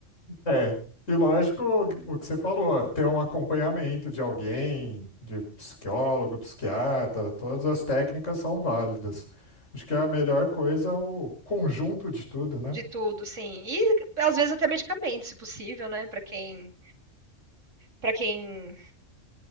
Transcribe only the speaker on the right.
de tudo, sim. E às vezes até medicamentos, se possível, né, para quem para quem